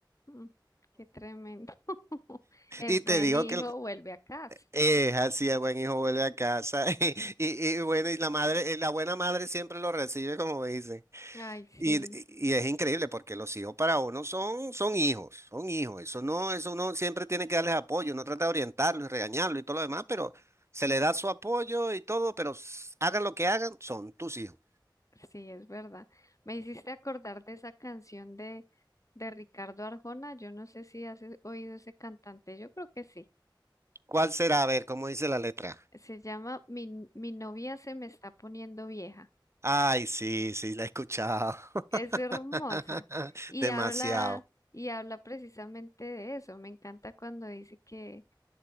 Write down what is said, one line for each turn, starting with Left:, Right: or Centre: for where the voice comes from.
Left: Mm, qué tremendo. <laughs> El
Right: Y
Left: buen
Right: te digo
Left: hijo
Right: que
Left: vuelve a casa.
Right: Eh, así el buen hijo vuelve a casa <laughs> y, y bueno, y la madre, eh, la buena madre siempre lo recibe como dice.
Left: Ay, sí.
Right: Y, y es increíble porque los hijos para uno son, son hijos, son hijos. Eso no, eso uno siempre tiene que darles apoyo, uno trata de orientarlos y regañarlos y todo lo demás, pero se le da su apoyo y todo, pero s- hagan lo que hagan, son tus hijos.
Left: Sí, es verdad. Me hiciste acordar de esa canción de, de Ricardo Arjona. Yo no sé si has oído ese cantante. Yo creo que sí.
Right: ¿Cuál será? A ver, ¿cómo dice la letra?
Left: Se llama Mi, mi novia se me está poniendo vieja.
Right: Ay, sí, sí, la he escuchado. <laughs>
Left: Es hermosa. Y
Right: Demasiado.
Left: habla, y habla precisamente de eso. Me encanta cuando dice que,